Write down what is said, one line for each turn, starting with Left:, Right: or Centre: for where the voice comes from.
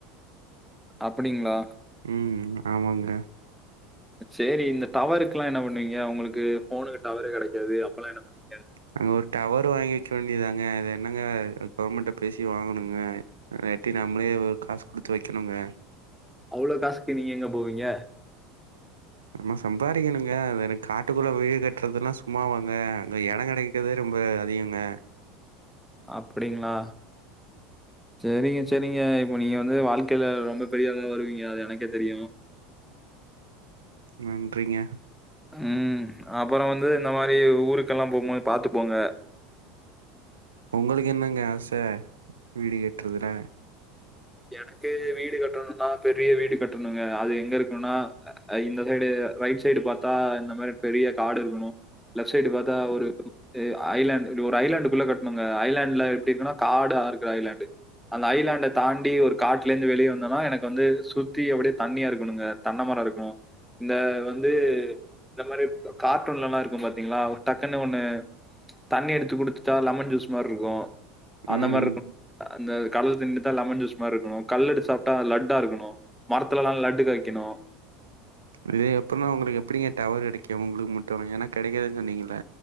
Centre: அப்படிங்களா
Right: ம் ஆமாங்க
Centre: சேரி இந்த டவருக்குல்லா என்ன பண்ணுவீங்க உங்களுக்கு போனுக்கு டவரே கெடைக்காது அப்போலா என்ன பண்ணுவீங்க
Right: அங்க ஒரு டவர் வாங்கி வேண்டியதாங்க அது இன்னங்க அது கவர்மெண்ட்ட பேசி வாங்கணுங்க இல்லாட்டி நம்மளே ஒர் காஸ் கொடுத்து வெக்கணுங்க
Centre: அவ்ளோ காஸ்க்கு நீங்க எங்க போவீங்க
Right: நம்ம சம்பாரிக்கணுங்க அது எனக் காட்டுக்குள்ள வீடு கட்றதுனா சும்மாவாங்க அங்க இடங் கெடைக் கிறதே ரொம்ப அதிகங்க
Centre: அப்டிங்கலா சேரிங்க சேரிங்க இப்ப நீங்க வந்து வ வாழ்க்கையில ரொம்ப பெரிய ஆளா வருவீங்க அது எனக்கே தெரியு
Right: நன்றிங்க
Centre: ம் அப்றோ வந்து இந்த மாரி ஊருக்கெல்லா போம் போது பாத்து போங்க
Right: உங்களுக்கு என்னங்க ஆசை வீடு கட்றதுல
Centre: எனக்கு வீடு கட்டனுனா பெரிய வீடு கட்டனுங்க அது எங்க இருக்கனுனா அ இந்த சைடு ரைட் சைடு பாத்தா இந்த மாரி பெரிய காடு இருக்கணு லெஃப்ட் சைடு பாத்தா ஒரு எ ஐலான்டு இப்பிடி ஒரு ஐலாண்டுகுள்ள கட்டனுங்க ஐலாண்ட்ல எப்டி இருக்குன்னா காடு ஆர்க்கு ஐலாண்டு அந்த ஐய்லேன்ட தா அப்டியே ஒரு காட்டுல இருந்து வெளியே வந்தோனா எனக்கு வந்து சுத்தி அப்டியே தண்ணியா இருக்கணுங்க தென்ன மரோ இருக்கணு இந்த வந்து இந்த மாரி கார்ட்டூன்ல இருக்கு பாத்தீங்கலா டக்குன்னு ஒன்னு தண்ணி எடுத்து கொடுத்துட்டா லெமன் ஜூஸ் அந்த மாரி இருக்கு அந்த
Right: ம்
Centre: மாரி இருக்கு அந்த கடல் தண்ணில தா லெமன் ஜூஸ் மாரி இருக்கனு கல்லு எடுத்து சாப்டா லட்டா இருக்கணு மரத்துலலா லட்டு காய்க்கனு
Right: இது எப்புடின்னா உங்களுக்கு எப்புடிங்க டவர் கிடைக்கு உங்களுக்கு மட்டு எனக் கெடக்காதுன் சொன்னீங்கல்ல